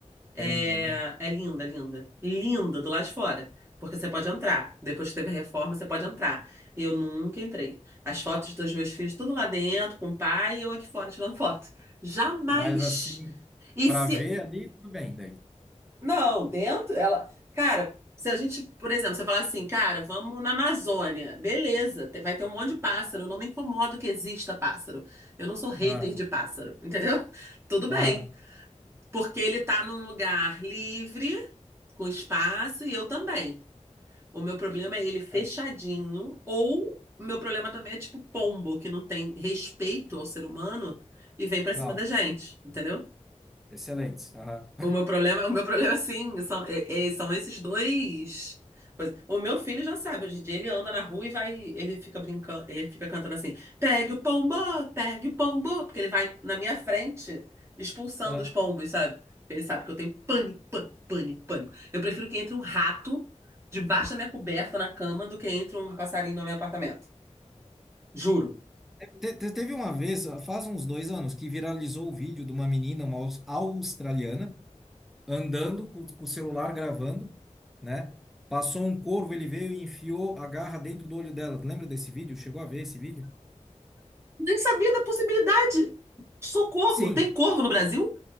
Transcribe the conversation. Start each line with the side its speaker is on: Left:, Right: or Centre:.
Right: É,
Centre: que é linda, né?
Right: é linda, linda. Linda do lado de fora, porque você pode entrar. Depois que teve a reforma, você pode entrar. E eu nunca entrei. As fotos dos meus filhos, tudo lá dentro, com o pai, e eu aqui fora tirando foto. Jamais!
Centre: Mas assim,
Right: E
Centre: para
Right: se.
Centre: ver ali, tudo bem, daí.
Right: Não, dentro, ela. Cara, se a gente, por exemplo, você falar assim, cara, vamos na Amazônia, beleza, te- vai ter um monte de pássaro, eu não me incomodo que exista pássaro. Eu não sou hater
Centre: ah
Right: de pássaro, entendeu? <laughs> Tudo bem,
Centre: aham,
Right: porque ele tá num lugar livre, com espaço, e eu também. O meu problema é ele fechadinho,
Centre: certo.
Right: ou o meu problema também é tipo pombo, que não tem respeito ao ser humano e vem pra cima
Centre: Não,
Right: da gente, entendeu?
Centre: excelente. Aham.
Right: O meu problema, o meu problema sim, são, é- é- são esses dois. coisas. O meu filho já sabe, hoje em dia ele anda na rua e vai, ele fica brincando, ele fica cantando assim: "Pegue o pombo, pegue o pombo", porque ele vai na minha frente expulsando
Centre: Aham.
Right: os pombos, sabe? Porque ele sabe que eu tenho pânico, pânico, pânico, pânico. Eu prefiro que entre um rato debaixo da minha coberta na cama do que entre um passarinho no meu apartamento. Juro.
Centre: Te- te- Teve uma vez, faz uns dois anos, que viralizou o vídeo de uma menina, uma aus- australiana, andando com, com o celular gravando, né? Passou um corvo, ele veio e enfiou a garra dentro do olho dela. Lembra desse vídeo? Chegou a ver esse vídeo?
Right: Nem sabia da possibilidade. Socorro,
Centre: Sim.
Right: tem corvo no Brasil?